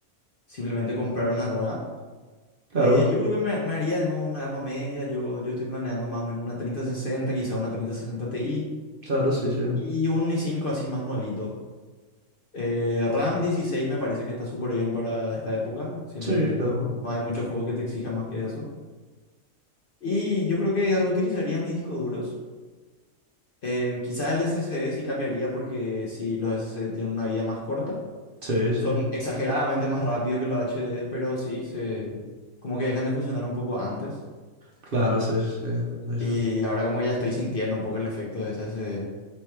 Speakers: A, on the left (about 50°); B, on the right (about 50°).
A: simplemente comprar una nueva.
B: claro,
A: Eh, yo creo que me, me haría de nuevo una gama media. Yo, yo estoy planeando más o menos una treinta sesenta quizá una treinta sesenta Ti
B: claro, sí, sí.
A: y un i cinco así más nuevito. Eh, RAM 16 me parece que está súper bien para esta época. Siento
B: Sí,
A: que no,
B: claro.
A: no hay muchos juegos que te exijan más que eso. Y yo creo que reutilizaría mis discos duros. Eh, quizá el SSD sí cambiaría porque sí, los SSD tienen una vida más corta.
B: Sí, sí.
A: Son exageradamente más rápidos que los HDD, pero sí, se, como que dejan de funcionar un poco antes.
B: Claro, sí, sí, sí, esa-
A: Y ahora como que ya estoy sintiendo un poco el efecto de ese, ese-